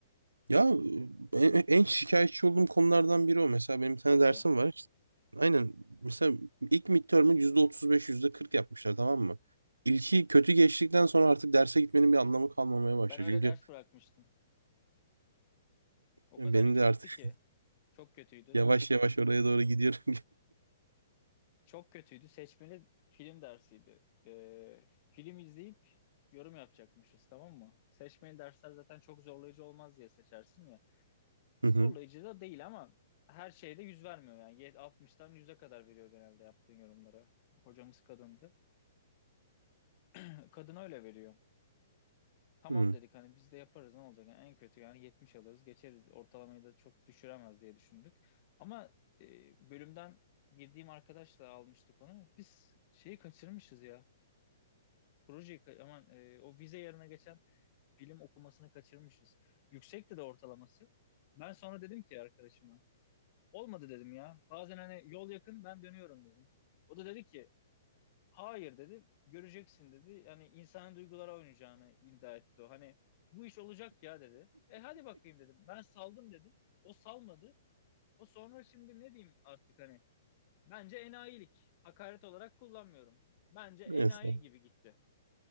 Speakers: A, on the right (about 75°); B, on the left (about 40°).
A: Ya en, en şikayetçi olduğum konulardan biri o. Mesela benim bir
B: Hadi
A: tane dersim
B: ya.
A: var. İşte, aynen. Mesela ilk midterm'ı %35, %40 yapmışlar tamam mı? İlki kötü geçtikten sonra artık derse gitmenin bir anlamı kalmamaya başlıyor.
B: Ben öyle
A: Çünkü
B: ders bırakmıştım. O
A: e,
B: kadar
A: benim
B: yüksekti
A: de artık <laughs>
B: ki. Çok kötüydü.
A: yavaş yavaş oraya doğru gidiyorum.
B: Çok kötüydü. Seçmeli film dersiydi. Ee, film izleyip yorum yapacakmışız tamam mı? Seçmeli dersler zaten çok zorlayıcı olmaz diye seçersin ya. Zorlayıcı
A: <laughs> Hı hı.
B: da değil ama her şeyde yüz vermiyor yani. Yet- 60'tan 100'e kadar veriyor genelde yaptığın yorumlara. Hocamız kadındı. <laughs> Kadın öyle veriyor. Tamam
A: Hı.
B: dedik hani biz de yaparız ne olacak? Yani en kötü yani 70 alırız geçeriz. Ortalamayı da çok düşüremez diye düşündük. Ama e, bölümden girdiğim arkadaşla almıştık onu. Biz şeyi kaçırmışız ya. Projeyi aman e, o vize yerine geçen bilim okumasını kaçırmışız. Yüksekti de ortalaması. Ben sonra dedim ki arkadaşıma olmadı dedim ya. Bazen hani yol yakın ben dönüyorum dedim. O da dedi ki hayır dedi göreceksin dedi. Yani insanın duygulara oynayacağını iddia etti o. Hani bu iş olacak ya dedi. E hadi bakayım dedim. Ben saldım dedim. O salmadı. O sonra şimdi ne diyeyim artık hani. Bence enayilik. Hakaret olarak kullanmıyorum. Bence enayi
A: Neyse.
B: gibi gitti.